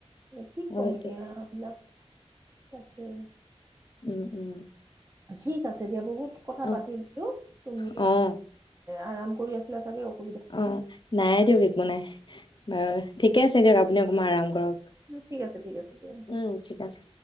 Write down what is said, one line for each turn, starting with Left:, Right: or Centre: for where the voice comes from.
Right: কি
Left: হয়
Right: ক'ম এতিয়া
Left: দিয়ক।
Right: এইবিলাক তাকে।
Left: উম, উম।
Right: ঠিক আছে দিয়া। বহুত কথা
Left: অহ,
Right: পাতি দিলো তুমি
Left: অ',
Right: আৰাম কৰি আছিলা চাগৈ?
Left: অঁ, নাই দিয়ক একো নাই। <unintelligible> বাৰু, ঠিকে আছে দিয়ক। আপুনি অকণমান আৰাম কৰক।
Right: ঠিক আছে ঠিক আছে দিয়া
Left: উম, ঠিক আছে।